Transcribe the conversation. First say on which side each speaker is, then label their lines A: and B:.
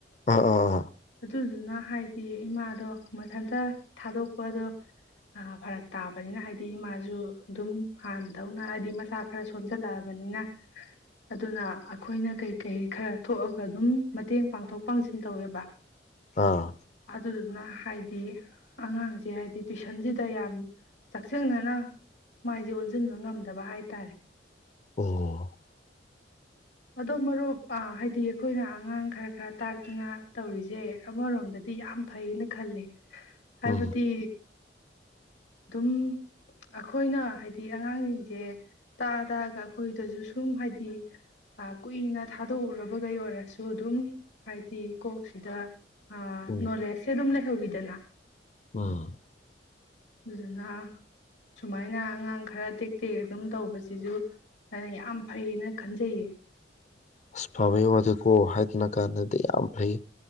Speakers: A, on the left; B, on the left.
A: ꯑ ꯑꯥ ꯑꯥ
B: ꯑꯗꯨꯗꯨꯅ ꯍꯥꯏꯗꯤ ꯏꯃꯥ ꯗꯣ ꯃꯊꯟꯇ ꯊꯥꯗꯣꯛꯄꯗꯣ ꯐꯔꯛ ꯇꯥꯕꯅꯤꯅ ꯍꯥꯏꯗꯤ ꯏꯃꯥꯖꯨ ꯑꯗꯨꯝ ꯍꯥꯟꯅꯗꯧꯅ ꯍꯥꯏꯗꯤ ꯃꯆꯥ ꯈꯔ ꯁꯣꯟꯖꯜꯂꯛꯑꯕꯅꯤꯅ ꯑꯗꯨꯅ ꯑꯈꯣꯏꯅ ꯀꯩꯀꯩ ꯈꯔ ꯊꯣꯛꯑꯒ ꯑꯗꯨꯝ ꯃꯇꯦꯡ ꯄꯥꯡꯊꯣꯛ ꯄꯥꯡꯁꯤꯟ ꯇꯧꯋꯦꯕ
A: ꯑꯥ
B: ꯑꯗꯨꯗꯨꯅ ꯍꯥꯏꯗꯤ ꯑꯉꯥꯡꯖꯦ ꯍꯥꯏꯗꯤ ꯇꯨꯏꯁꯟꯖꯤꯗ ꯌꯥꯝ ꯆꯥꯛꯆꯤꯡꯅꯅ ꯃꯥꯏꯖꯦ ꯑꯣꯟꯖꯤꯟꯕ ꯉꯝꯗꯕ ꯍꯥꯏꯇꯥꯔꯦ
A: ꯑꯣ
B: ꯑꯗꯣ ꯃꯔꯨꯞ ꯑꯥ ꯍꯥꯏꯗꯤ ꯑꯩꯈꯣꯏꯅ ꯑꯉꯥꯡ ꯈꯔ ꯈꯔ ꯇꯥꯛꯇꯅ ꯇꯧꯔꯤꯖꯦ ꯑꯃꯔꯣꯝꯗꯗꯤ ꯌꯥꯝ ꯐꯩꯅ ꯈꯜꯂꯤ ꯍꯥꯏꯕꯗꯤ
A: ꯎꯝ
B: ꯑꯗꯨꯝ ꯑꯈꯣꯏꯅ ꯍꯥꯏꯗꯤ ꯑꯉꯥꯡꯖꯤꯡꯖꯦ ꯇꯥ ꯇꯥꯛꯑꯒ ꯑꯩꯈꯣꯏꯗꯖꯨ ꯁꯨꯝ ꯍꯥꯏꯗꯤ ꯑ ꯀꯨꯏꯅ ꯊꯥꯗꯣꯛꯎꯔꯕꯒꯩ ꯑꯣꯏꯔꯖꯨ ꯑꯗꯨꯝ ꯍꯥꯏꯗꯤ ꯀꯣꯛꯁꯤꯗ ꯑ
A: ꯎꯝ
B: ꯅꯣꯂꯦꯖꯁꯦ ꯑꯗꯨꯝ ꯂꯩꯍꯧꯏ ꯇꯅꯥ
A: ꯎꯝ
B: ꯑꯗꯨꯗꯨꯅ ꯁꯨꯃꯥꯏꯅ ꯑꯉꯥꯡ ꯈꯔ ꯇꯦꯛ ꯇꯦꯛ ꯑꯗꯨꯝ ꯇꯧꯕꯖꯤꯖꯨ ꯑꯩꯅ ꯌꯥꯝ ꯐꯩꯌꯦꯅ ꯈꯟꯖꯩꯌꯦ
A: ꯑꯁ ꯐꯕꯩ ꯋꯥꯗꯤꯀꯣ ꯍꯥꯏꯗꯅ ꯀꯥꯟꯅꯗꯦ ꯌꯥꯝ ꯐꯩ